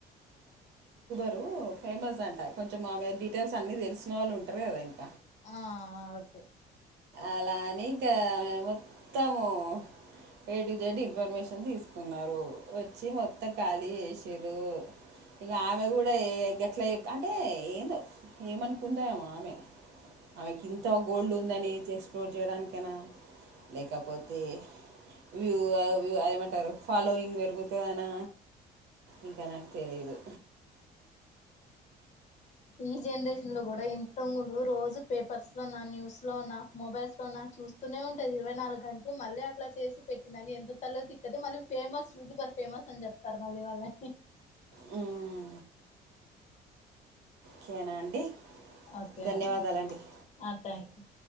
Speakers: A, on the right; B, on the left.
A: టు ఫేమస్ అంట కొంచెం ఆమె డీటెయిల్స్ అన్నీ తెలిసిన వాళ్ళు ఉంటారు గదా
B: ఆ ఆ ఓకే
A: అలా అని ఇక మొత్తము ఏ టు జెడ్ ఇన్ఫర్మేషన్ తీసుకున్నారు వచ్చి మొత్తం ఖాళీ చేషిర్రు ఇగ ఆమె కూడా ఏ ఇగ ట్లైక్ అంటే ఏందో ఏమనుకుందో ఆమె ఆమెకి ఇంత గోల్డ్ ఉందని ఇచ్ ఎక్స్ప్లోర్ చేయడానికైనా లేకపోతే వ్యూ ఆ వ్యూ అదేమంటారు ఫాలోయింగ్ పెరుగుతది అనా ఇంకా నాకు తెలీదు
B: ఈ జనరేషన్ లో కూడా ఇంతో ఊ రోజూ పేపర్స్ లోనా న్యూస్ లోనా మొబైల్స్ లోనా చూస్తూనే ఉంటాది ఇరవై నాలుగు గంటలూ మళ్ళీ అట్ల చేసి పెట్టిందండి ఎంత తల తిక్కది మళ్ళి ఫేమస్ యూట్యూబర్ ఫేమస్ అని చెప్తారు మళ్ళీ వాళ్లే
A: మ్మ్. కేనా అండి
B: ఓకే <inaudible>
A: ధన్యవాదాలండి
B: ఆ థ్యాంక్ యూ